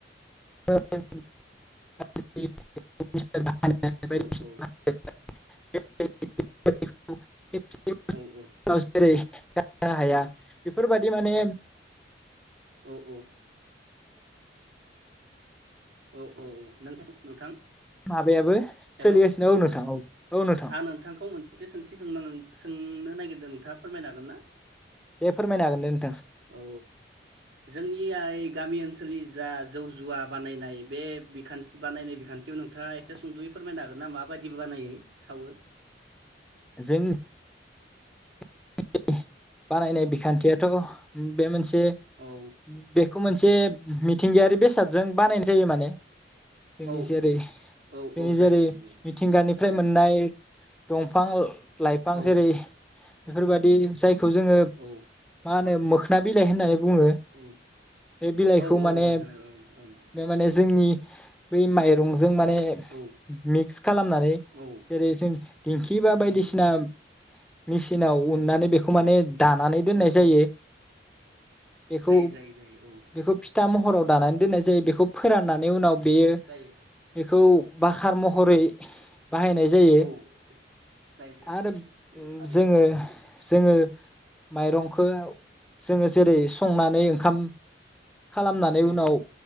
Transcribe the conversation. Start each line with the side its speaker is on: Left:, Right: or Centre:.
Centre: <unintelligible> <unintelligible> <unintelligible> <unintelligible> <unintelligible>
Right: औ औ औ औ हेल'
Centre: बि माने
Right: औ औ औ औ औ नों नोंथां
Centre: माबायाबो सोलिगासिनो
Right: हेलौ
Centre: औ नोंथां औ औ नोंथां
Right: आं नोंथांखौ मोनसे सोंथि सोंनो सों नो नायगिरदो नोंथाङा फोरमायनो हागोनना
Centre: बे फोरमायनो हागोन नों
Right: औ जोंनियाय गामि ओनसोलनि जा जौ जुवा बानायनाय बे बेखान्थि बानायनाय बिखान्थियाव नोंथाङा एसे सुंदयै फोरमायनो हागोन ना माबायदि बानायो सावो
Centre: जों <unintelligible> बानायनाय बिखान्थियाथ बे मोनसे ए
Right: औ
Centre: बेखौ मोन से मिथिंगायारि बेसादजों बानायन जायो माने जोंनि
Right: औ
Centre: जेरै
Right: औ
Centre: जोंनि
Right: औ जायो
Centre: जेरै
Right: जायो जायो
Centre: मिथिंगानिफ्राय
Right: औ
Centre: मोननाय दंफां लाइफां
Right: औ
Centre: जेरै बेफोरबायदि जाय खौ जोङो
Right: औ
Centre: मा होनो मोख खोना बिलाइ होननानै बुङो
Right: औ
Centre: बे बिलाइखौ
Right: औ
Centre: माने
Right: औ होनो
Centre: बे माने जोंनि बेै माइरं जों माने
Right: ओं
Centre: मिक्स खालामनानै
Right: ओं
Centre: जेरै जों दिंखि बा बायदिसिना
Right: औ
Centre: मिस इनाव उननानै बेखौ माने दानानै दोननाय
Right: औ
Centre: जायो
Right: औ
Centre: बेखौ
Right: जायो जायो जायो औ
Centre: बेखौ फिथा महराव दानानै दोननाय जायो बेखौ फोराननानै उनाव बेयो
Right: जायो
Centre: बेखौ बाखार महरै बाहायनाय जायो
Right: औ जायो जायो
Centre: आरो
Right: जायो थारैनो
Centre: जोङो जोङो माइरंखौ जोङो जेरै संनानै ओंखाम खालामनानै उनाव
Right: औ